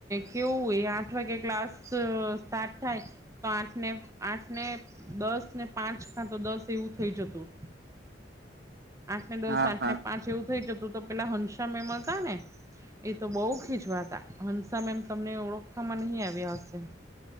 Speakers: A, on the right (about 15°); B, on the right (about 60°).
A: કેવું એ આઠ વાગે ક્લાસ સ્ટાર્ટ થાય તો આઠ ને આઠ ને દસ ને પાંચ ખાં તો દસ એવું થઈ જતું.
B: <inaudible>
A: આઠ ને દસ
B: હા
A: આઠ
B: હા
A: ને પાંચ એવું થઈ જતું તો પેલા હનસા મેમ હતા ને એ તો બહુ ખીજવાતા હંસા મેમ તમને ઓળખવામાં નહીં આવ્યા હશે.